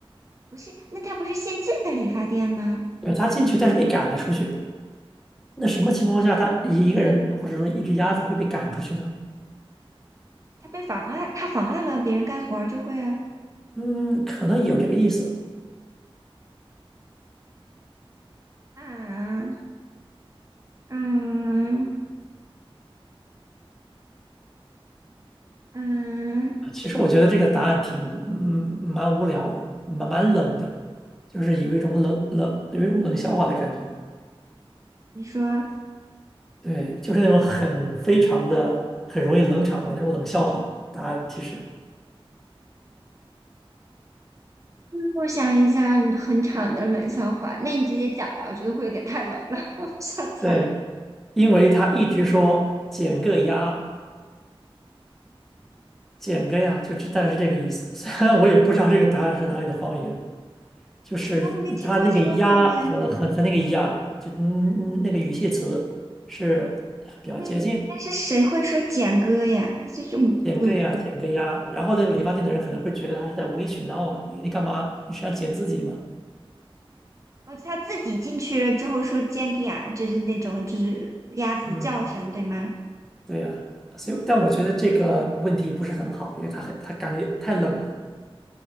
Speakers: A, on the right; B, in the centre.
A: 不是，那它不是现进的理发店吗？
B: 对，他进去，但是被赶了出去。那什么情况下，他一一个人或者说一只鸭子会被赶出去呢？
A: 它被妨碍，它妨碍了别人干活儿就会啊
B: 嗯，可能有这个意思。
A: 啊嗯嗯，
B: 其实我觉得这个答案挺嗯嗯蛮无聊的，蛮蛮冷的，就是有一种冷冷有一种冷笑话的感觉。
A: 你说。
B: 对，就是那种很非常的很容易冷场的那种冷笑话。答案其实
A: 嗯我想一下，很长的冷笑话，那你直接讲吧，我觉得会有点太冷了，<laughs> 我不想猜。
B: 对，因为他一直说减个鸭，减个呀，就这大概是这个意思。<laughs> 虽然我也不知道这个答案是哪里的方言，就是他那个鸭和和和那个呀，
A: 啊，我没听过这个方言，
B: 就嗯嗯那个语气词是比较接近。
A: 那那是谁会说简哥呀？这种嗯，
B: 减个呀，减个呀，然后那个理发店的人可能会觉得他是在无理取闹啊，你你干嘛？你是要剪自己吗？
A: 哦，他自己进去了之后说 j 简哥呀，就是那种就是鸭子的叫声，
B: 嗯，
A: 对吗？
B: 对呀，所以但我觉得这个问题不是很好，因为他很他感觉太冷了，